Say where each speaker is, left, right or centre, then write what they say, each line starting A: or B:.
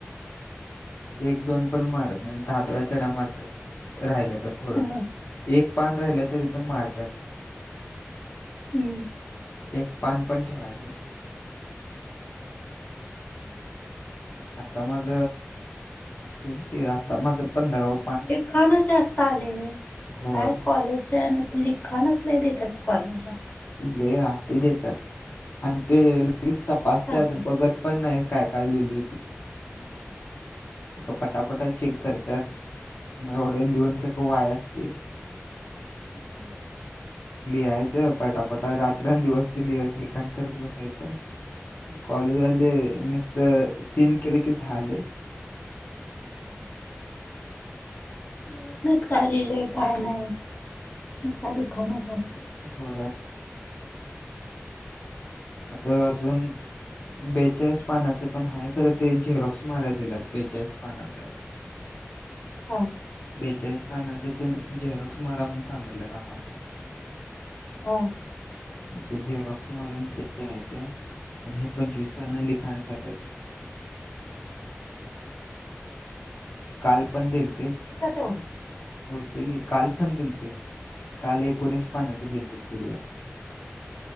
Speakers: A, on the left; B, on the left.
A: एक दोन पण मारत नाही दहा दहा चडा मारतात राहिल्या तर थोडंफ
B: ह.
A: एक पान राहिलं तरी
B: करायलाच
A: पण मारत्यात
B: हम्म
A: एक पान पण ठेवायचं
B: ह <inaudible>
A: आता माझ तेच की आता माझं पंधराव
B: लिखाणच जास्त आले हे
A: होय.
B: काय कॉलेजच्या <unintelligible> खाणंच नाही देतत कॉलेजला
A: ले हाती देतात आणि ते
B: लिखाण
A: लगेच
B: काय
A: तपासत
B: ना काय असतय.
A: बघत. पण नाही काय काय लिहिली ती
B: हम्म.
A: सग पटापटा चेक करतात मग ऑर्डर लिहून सं वायास की
B: हो.
A: लिहायचं पटापटा रात्रंदिवस ते लिह लिखाण करत बसायचं. कॉलेजवाले
B: लिखाणाच
A: नसत
B: असत
A: सीन केलं की झालं.
B: हो. बघत नाहीत काय लिहिलंय काय नाहीसता लि खाना जास्त
A: हो. आता अजून बेचाळीस पानाचं पण आहे करं ते झेरॉक्स माराला दिलात बेचाळीस पानाचा
B: हा.
A: बेचाळीस पानाचे तून झेरॉक्स मारा म्हणून सांगडलं रामासने
B: हा.
A: ते जेरॉक्स मारून तेयचं. आणि हे पंचवीस पन् लिखाण करायचं. काल पण देल ते
B: होते का तेवढं
A: होते गी काल पण दिलते काल एकोणीस पानाच दिलते पिडि